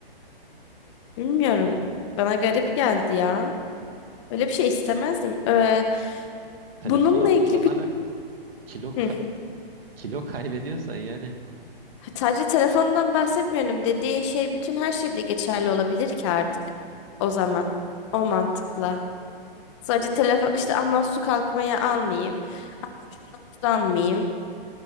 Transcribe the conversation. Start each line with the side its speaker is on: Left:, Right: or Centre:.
Left: Bilmiyorum.
Right: Yani
Left: Bana garip geldi ya. Öyle bir şey istemezdim. Ee,
Right: telefona
Left: bununla
Right: uzanarak
Left: ilgili bir...
Right: kilo
Left: Hı.
Right: kilo kaybediyorsa yani
Left: Sadece telefondan bahsetmiyorum. Dediğin şey bütün her şeyde geçerli olabilir ki artık. O zaman. O mantıkla. Sadece telefon işte aman su kalkmaya almayayım. Aman şuna uzanmayayım